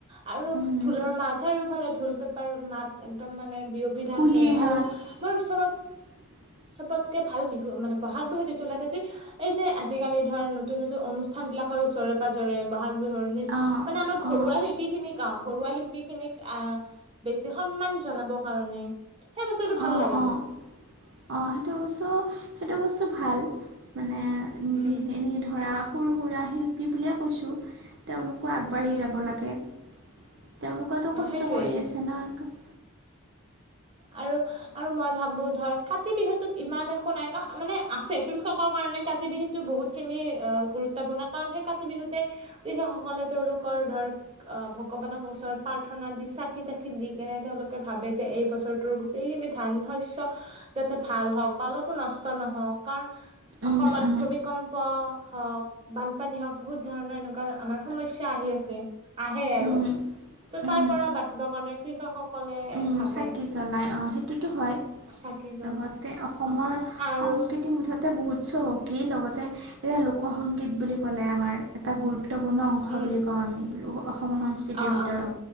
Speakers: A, on the right; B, on the right.
A: আৰু
B: উম,
A: ঢোলৰ মাছ আৰুও। সফালে ঢোল পেপাৰ মাত একদম মানে বিয়পি থাকে
B: কুলিৰ মাত
A: আৰু মোৰ চবত
B: <inaudible>
A: চবতকে ভাল বিহু মানে বহাগ বিহুত এইটো লাগে যে এই যে আজিকালি ধৰ নতুন নতুন অনুষ্ঠান হয় ওচৰে পাজজৰে বহাগ বিহুৰ নি
B: অ',
A: মানে আমাৰ ঘৰুৱা
B: অ',
A: শিল্পী খিনিক অ ঘৰুৱা শিল্পী খিনিক। আহ বেছি সন্মান জনাব কাৰণে সেই বস্তুটো ভাল
B: অ-
A: লাগে
B: অ-অ
A: মোৰ
B: সেইটো বস্তু সেইটো বস্তু ভাল মানে
A: উম,
B: এনেই ধৰা সৰু সুৰা শিল্পী বুলিয়ে কৈছো তেওঁলোকো আগবাঢ়ি
A: উম
B: যাব লাগে। তেওঁলোকো
A: অ
B: কষ্ট
A: সেইটোৱে
B: কৰি আছে ন একদম
A: আৰু আৰু মই ভাবো ধৰ কাতি বিহুটোত ইমান একো নাই মানে আছে কৃষকৰ কাৰণে কাতি বিহুতো বহুত খিনি গুৰু। গুৰুত্বপূৰ্ণ কাৰণ সেই কাতি বিহুতে কৃষকসকলে তেওঁলোকৰ ধৰক আহ ভগৱানৰ ওচৰত প্ৰাৰ্থনা দি চাকি তাকি দি কেনে তেওঁলোকে ভাবে যে এই বছৰ গোটেইখিনি ধান শস্য যাতে ভাল হওক বা অলপো নষ্ট নহওক কাৰণ অসমত
B: উম, উম,
A: ভূমিকম্প হওক বানপানী হওক বহুত ধৰণৰ এনেকুৱা আমাৰ সমস্যা আহি আছে। আহে আৰু
B: উম,
A: ত'
B: উম,
A: তাৰ পৰা বাচিব কাৰণে কৃষক সকলে
B: উম,
A: ভাবে
B: চাকি জ্বলাই অ, সেইটোতো হয়।
A: চাকি জ্বলাই
B: লগতে অসমৰ
A: অ আৰু
B: সংস্কৃতি মুঠতে বহুত চহকী লগতে। তে এতিয়া লোক সংংগীত বুলি ক'লে আমাৰ এটা গুৰুত্বপূৰ্ণ অংশ
A: উম
B: বুলি কওঁ আমি অসমৰ সংস্কৃতিৰ
A: অ
B: ভিতৰত
A: অ অ